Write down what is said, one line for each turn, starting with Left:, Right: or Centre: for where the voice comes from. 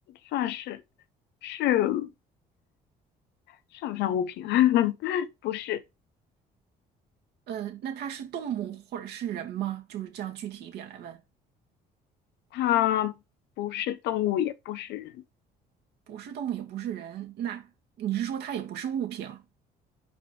Left: 算是是算不算物品啊？<laughs> 不是，
Right: 呃，那它是动物或者是人吗？就是这样具体一点来问，
Left: 它不是动物，也不是人。
Right: 不是动物也不是人，那你是说它也不是物品？哦